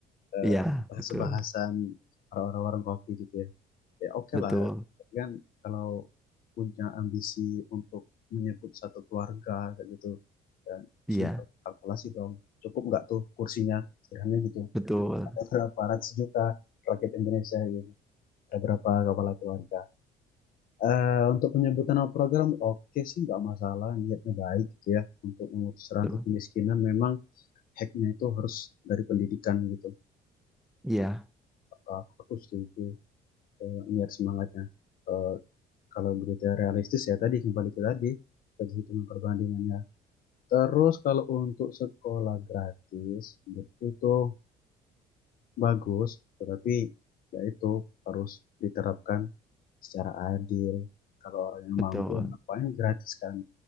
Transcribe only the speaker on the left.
eh,
bahasa
bahasan orang-orang warung kopi gitu ya ya oke
lah kan kalau punya ambisi untuk menyebut satu keluarga kayak gitu dan terusnya
kalkulasi dong cukup nggak tuh kursinya sederhana gitu
ada berapa ratus juta rakyat Indonesia gitu ada berapa kepala keluarga Eh, untuk penyebutan nama program oke sih nggak masalah niatnya baik gitu ya untuk memutus rantai
kemiskinan memang hacknya itu harus dari pendidikan gitu
Uh, aku setuju uh, niat semangatnya Uh, kalau berita realistis ya tadi kembali ke tadi tadi hitungan perbandingannya terus kalau untuk sekolah gratis itu tuh bagus tetapi ya itu harus diterapkan secara adil kalau orang yang
mampu yang ngapain gratis kan